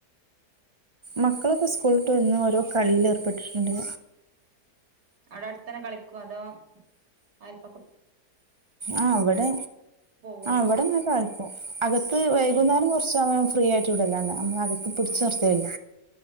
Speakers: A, on the right; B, on the right.
A: മക്കളൊക്കെ സ്കൂൾ വിട്ട് വന്നു ഓരോ കളിയിൽ ഏർപ്പെട്ടിട്ടുണ്ട്.
B: അവിടെ അടുത്തന്നെ കളിക്കുവോ അതോ അയല്പക്കക്കൂടി
A: ആ ഇവിടെ
B: പോവോ
A: ഇവിടെ നിന്ന് കളിക്കും അകത്തു വൈകുന്നേരം
B: ഉം
A: കുറച്ചു സമയം ഫ്രീ യായിട്ടു <unintelligible> നമ്മൾ അകത്തു പിടിച്ചു
B: ആഹ്
A: നിർത്തിയില്ല